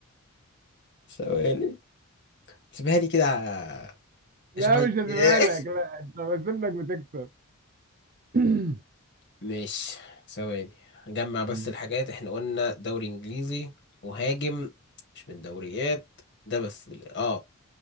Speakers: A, on the left (about 55°); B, on the right (about 40°).
A: ثواني سيبها لي كده ع-
B: <laughs> لا
A: شوية
B: مش هسيبها
A: <laughs>
B: لك لا انت بسيب لك بتكسب <coughs>
A: ماشي ثواني نجمع
B: <clears throat>
A: بس
B: مم.
A: الحاجات احنا قلنا دوري انجليزي مهاجم مش من الدوريات ده بس ال- اه